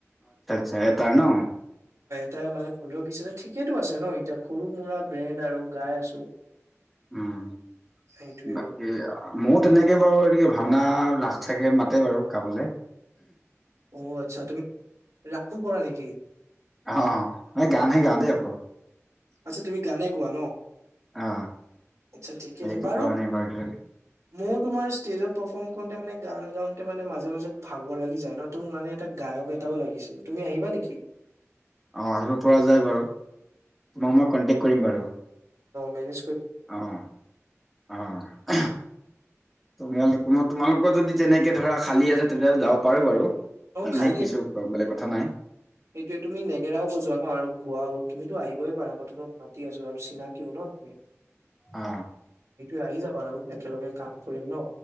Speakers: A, in the centre; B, on the right.
A: আচ এটাৰ ন
B: তাই মানে পোন্ধৰ বি আছে ঠিকেইেতো আছে ন এতিয়া সৰু মৰা ব্ৰেণ্ড আৰু গাই আছো।
A: উম
B: সেইটোয়ে
A: বাকী ময় তেনেকে বাৰু এক। ভাওনা ৰাস চাসে মাতে বাৰু গাবলৈ।
B: অ আচ্ছা তুমি, ৰাখো কৰা নেকি?
A: অ অ ন গান ধে গান দে অ।
B: আচ্ছা তুমি গানে গোৱা ন।
A: অ
B: আচ্ছা ঠিকে
A: বেলেগতো
B: আছে বাৰু।
A: কৰা নাই এতিয়ালৈকে
B: মই তোমাৰ ষ্টেজত পাৰফৰ্ম কৰোতে মানে গান গাওঁতে মানে মাজে মাজে ভাগৰ লাগি যায় ন তু মানে এটা। গায়ক এটাও লাগিছিল তুমি আহিবা নেকি?
A: আহ আহিব পৰা যায় বাৰু। তোমাক মই কন্টেক্ট কৰিম বাৰু।
B: মেনে।
A: অহ অহ তুমি। তোমালোকৰ যদি তেনেকে ধৰা খালী আছে তেতিয়াহ'লে যাব পাৰো বাৰু।
B: ত খালি
A: নেকছ পিছৰ পৰা বেলেগ কথা নাই।
B: সেইটোৱে তুমি নেগেৰাও বজোৱা ন আৰু গোৱাও তুমিতো আহিব গইে পাৰা মই তোমাক মাতি আছো আৰু চিনাকিও ন তুমি।
A: অ।
B: স আহি যাবা আৰু একেলগে কাম কৰিম ন,